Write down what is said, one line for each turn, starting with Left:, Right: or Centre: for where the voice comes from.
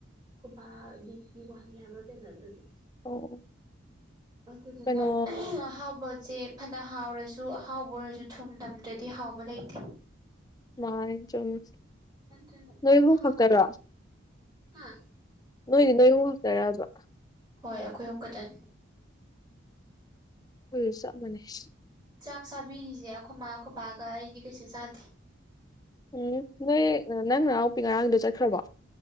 Right: ꯈꯣꯢꯕꯥ ꯕꯤꯕꯤ ꯋꯥꯡꯉꯦ ꯍꯥꯏꯕ꯭ꯔꯥ ꯀꯩꯅꯣ ꯑꯗꯨꯒꯤ
Left: ꯑꯣ
Right: ꯑꯗꯨꯗꯨꯅ
Left: ꯀꯩꯅꯣ
Right: ꯍꯥꯕ ꯁꯦ ꯐꯅ ꯍꯥꯎꯔꯁꯨ ꯑꯍꯥꯎꯕ ꯑꯣꯏꯔꯁꯨ ꯊꯨꯝ ꯇꯝꯗ꯭ꯔꯗꯤ ꯍꯥꯎꯕ ꯂꯩꯇꯦ
Left: ꯃꯥꯅꯦ ꯆꯨꯝꯃꯦ
Right: ꯑꯗꯨꯅ
Left: ꯅꯣꯏ
Right: ꯑꯝꯇ
Left: ꯑꯍꯨꯝ
Right: ꯍꯥꯎꯇ꯭ꯔꯦ
Left: ꯈꯛꯇꯔꯣ
Right: ꯍꯥ
Left: ꯅꯣꯏꯗꯤ ꯅꯣꯏ ꯑꯍꯨꯝ ꯈꯥꯛꯇꯔꯕ
Right: ꯍꯣꯏ ꯑꯩꯈꯣꯏ ꯑꯍꯨꯝ ꯈꯛꯇꯅꯦ
Left: ꯑꯩꯈꯣꯢꯒ ꯆꯥꯞ ꯃꯥꯟꯅꯩ
Right: ꯆꯥꯛ ꯆꯥꯕꯤꯔꯤꯁꯦ ꯑꯩꯈꯣꯏꯃꯥꯒ ꯈꯣꯢꯕꯥꯒ ꯑꯩꯗꯤ ꯀꯩꯁꯨ ꯆꯥꯗꯦ
Left: ꯎꯝ ꯅꯣꯏ ꯅꯪ ꯅꯅꯥꯎꯄꯤ ꯉꯔꯥꯡꯒꯤꯗꯣ ꯆꯠꯈ꯭ꯔꯕꯣ